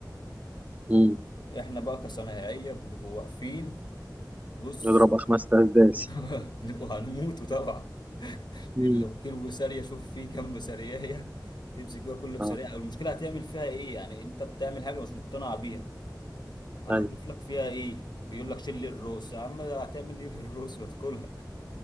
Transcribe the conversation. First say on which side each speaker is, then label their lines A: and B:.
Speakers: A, on the right; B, on the left.
A: امم
B: احنا بقى كصنايعية بنبقوا واقفين بص
A: نضرب أخماس أسداس
B: <laughs> نبقوا هنموتوا طبعا
A: امم
B: لو كيلو بسارية شوف فيه كام بسارية تمسك جوا
A: <laughs>
B: كل بسارية
A: اه
B: المشكلة هتعمل فيها ايه يعني انت بتعمل حاجة مش مقتنع بيها هنضيف
A: أيوه
B: لك فيها ايه بيقول لك شيل لي الروس يا عم هتعمل ايه بالروس وتاكلها